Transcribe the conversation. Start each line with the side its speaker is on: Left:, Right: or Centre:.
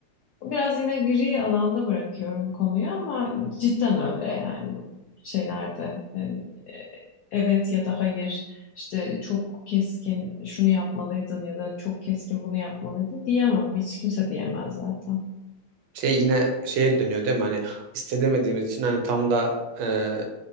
Left: Biraz yine gri alanda bırakıyorum konuyu ama cidden öyle yani bu şeylerde. Yani, e, Evet ya da hayır işte çok keskin şunu yapmalıydın ya da çok keskin bunu yapmalıydın diyemem. Hiç kimse diyemez zaten.
Right: şey yine şeye dönüyor değil mi? Hani istedemediğimiz için hani tam da e,